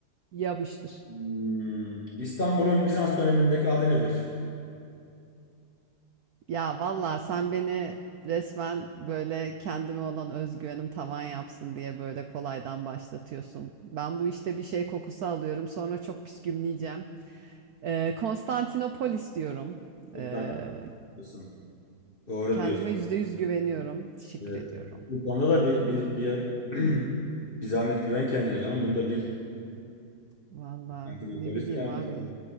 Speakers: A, on the right; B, on the left.
A: Yapıştır.
B: Hmm, İstanbul'un Bizans dönemindeki adı nedir?
A: Ya vallahi sen beni resmen böyle kendime olan özgüvenim tavan yapsın diye böyle kolaydan başlatıyorsun. Ben bu işte bir şey kokusu alıyorum sonra çok püskümleyeceğim. Ee, Konstantinopolis diyorum.
B: Sultan
A: Ee,
B: diyorsun. Doğru
A: kendime
B: diyorsun.
A: yüzde yüz güveniyorum. Teşekkür
B: Evet.
A: ediyorum.
B: Bu konuda da bir, bir, bir, <clears throat> bir zahmet güven kendine canım. Bunu da bil.
A: Vallahi
B: Konstantinopolis
A: ne bileyim
B: de yani.
A: abi.
B: sen